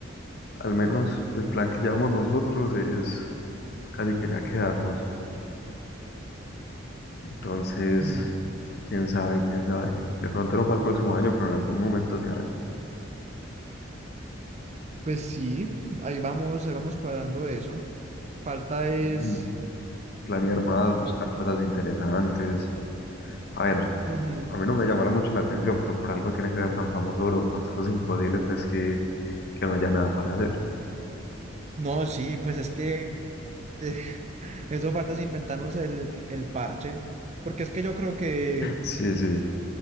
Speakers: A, on the left (about 55°); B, on the right (about 35°).
A: Al menos el plan que llevamos nosotros es casi que ya quedarnos. Entonces,
B: Mm,
A: quién sabe, quién sabe. De pronto no para el próximo año, pero en algún momento se hará. <clears throat>
B: Pues sí, ahí vamos, ahí vamos cuadrando eso. Falta
A: Mm,
B: es...
A: Planear más, buscar cosas interesantes. A ver,
B: Ujú.
A: a mí no me llamará mucho la atención, pero por algo tiene que ser tan famoso Europa. Eso es imposible, pues, que, que no haya nada para hacer.
B: No, sí, pues es que de- <laughs> eso falta es inventarnos el, el parche, porque es que yo creo que
A: Sí, sí,